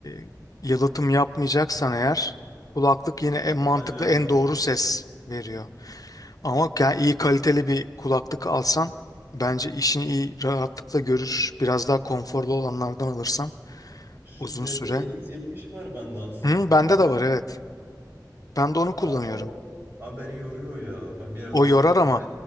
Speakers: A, on the left; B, on the right.
A: e, yalıtım yapmayacaksan eğer kulaklık
B: Büyük
A: yine en mantıklı
B: ihtimalle yapmam.
A: en doğru ses veriyor. Ama yani iyi kaliteli bir kulaklık alsan bence işini iyi rahatlıkla görür. Biraz daha konforlu olanlardan alırsan
B: Şu
A: uzun
B: DT770
A: süre.
B: var bende aslında.
A: Hı, bende
B: Bir,
A: de var evet. Ben de onu kullanıyorum.
B: Aa, o- Aa, beni yoruyor ya. Ben bir yerden
A: O yorar
B: sonra
A: ama
B: ya